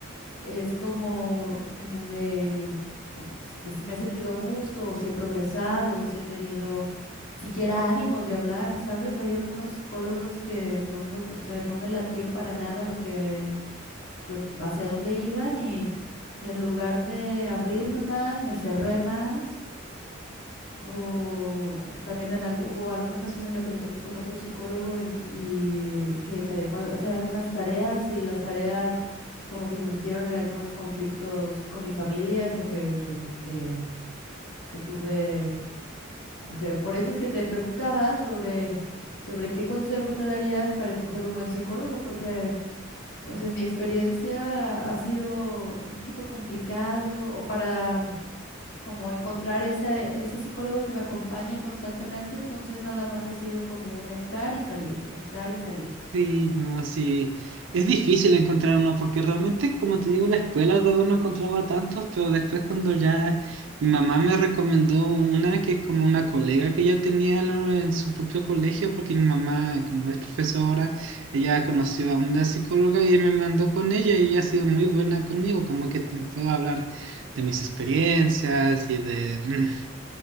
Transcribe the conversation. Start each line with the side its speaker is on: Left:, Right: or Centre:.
Left: es como, como me, co- pues si me he sentido a gusto, o si he progresado, o si he tenido siquiera ánimos de hablar, ¿sabes? Hay algunos psicólogos que no me, gu- o sea, no me latió para nada lo que lo, hacia dónde iban y, y en lugar de abrirme más, me cerré más. O también en al- hubo alguna ocasión en la que me tocó con otro psicólogo en- y que me dejó al- hacer algunas tareas y las tareas como que me metieron en algunos conflictos con mi familia, o sea, que, que, que, que tuve, o sea, por eso es que te preguntaba sobre, sobre qué consejos me darías para escoger un buen psicólogo, porque o sea, en mi experiencia ha sido un poquito complicado o para como encontrar ese, ese psicólogo que me acompañe constantemente, entonces nada más ha sido como un entrar y salir, entrar y salir.
Right: Sí, no, sí. Es difícil encontrar uno porque realmente, como te digo, en la escuela todavía no encontraba tantos, pero después cuando ya mi mamá me recomendó una que es como una colega que ella tenía en lo- en su propio colegio, porque mi mamá, como es profesora, ella conoció a una psicóloga y me mandó con ella y ella ha sido muy buena conmigo, como que te puedo hablar de mis experiencias y de <clears throat>